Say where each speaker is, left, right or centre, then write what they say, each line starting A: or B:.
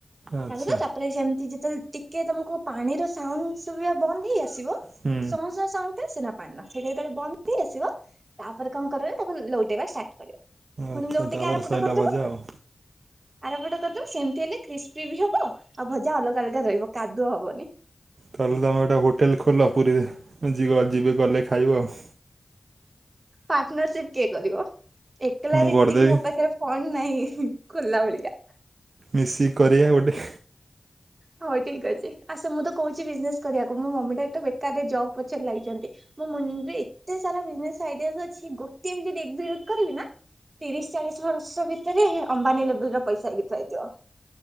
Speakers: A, on the right; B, on the right.
A: ଆଚ୍ଛା
B: ଲାଗୁଥୁବ ତାପରେ ସେମତି ଯେତେବେଳେ ଟିକେ ତମୁକୁ ପାଣିର ସାଉଣ୍ଡ୍ ଶୁଭିବା ବନ୍ଦ୍ ହେଇ ଆସିବ
A: ହୁଁ
B: ସଁ ସଁ ସାଉଣ୍ଡଟା ଆସେନା ପାଣିର। ସେଇଟା ଯେତେବେଳେ ବନ୍ଦ ହେଇ ଆସିବ ତାପରେ କଁ କରିବ ତାକୁ ଲୋଉଟେଇବା ଷ୍ଟାର୍ଟ କରିବ।
A: ଆଚ୍ଛା
B: ଫୁଣି ଲୋଉଟେଇକି
A: ତାପରେ
B: ଆର ପଟ
A: ସଇଲା
B: କରିଦବ।
A: ଭଜା ଆଉ।
B: ଆରମ୍ବଟା କରିଦେବୁ ସେମିତି ହେଲେ କ୍ରିସ୍ପି ବି ହବ ଆଉ ଭଜା ଅଲଗା ଅଲଗା ରହିବ କାଦୁଅ ହବନି।
A: ତାହେଲେ ତମେ ଗଟେ ହୋଟେଲ ଖୋଲ ପୁରୀ ଯିବେ ଗଲେ ଖାଇବ ଆଉ
B: ପାର୍ଟନରସିପ କିଏ କରିବ ଏକଲାରେ
A: ମୁଁ କରିଦେବି।
B: ଏତିକି ମୋ ପାଖରେ କଣ ନାଇଁ ଖୋଲା ଭଳିଆ?
A: ମିଶିକି କରିବା ଗୋଟେ।
B: ହଉ ଠିକ ଅଛି ଆ ସେ ମୁଁ ତ କହୁଛି ବିଜନେସ କରିବାକୁ ମୋ ମମିଟା ତୁ ବେକାରରେ ଜବ ପଛରେ ଲାଗିଛନ୍ତି। ମୋ ମନରେ ଏତେ ସାରା ବିଜନେସ ଆଇଡ୍ଡିଆ ଅଛି ଗୋଟେ ବି ଯଦି ଏକ୍ସିକ୍ୟୁଟ କରିବି ନା ତିରିଶ ଚାଳିଶ ବର୍ଷ ଭିତରେ ଅମ୍ବାନୀ ଲେବ ର ପଇସା ହେଇ ଥୁଆହେଇଥିବ।